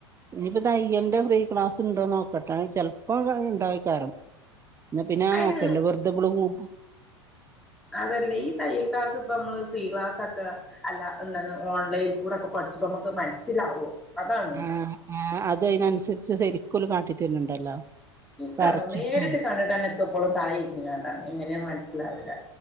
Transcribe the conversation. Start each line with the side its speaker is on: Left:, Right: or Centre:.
Right: ഇനിപ്പ തയ്യലിന്റെ ഫ്രീ ക്ലാസ് ഉണ്ടോന്ന് നോക്കട്ടെ ചെലപ്പോ ഉണ്ടാവാക്കാരം. എന്ന പിന്നെ ആ
Centre: അയിന്
Right: നോക്കല്ല വെറുതെ ഇവളും പോ
Centre: അതല്ലേ ഈ തയ്യൽ ക്ലാസ് ഇപ്പ നമ്മള് ഫ്രീ ക്ലാസൊക്കെ അല്ല എന്താണ് ഓൺലൈനിൽ കൂടെക്കെ പ കുറച്ചപ്പോ നമുക്ക് മനസ്സിലാവോ? അതാണ്
Right: ആ അത് അതിനനുസരിച്ച് ശരിക്കും ഓല് കാട്ടി തരുന്നുണ്ടല്ലോ.
Centre: ക്കന്നു
Right: വരച്ചിട്ടും
Centre: നേരിട്ട് കണ്ടിട്ടനെക്കെപ്പോളും തല തിരിഞ്ഞു കണ്ടാണ് എങ്ങനെയന്ന് മനസ്സിലാവില്ല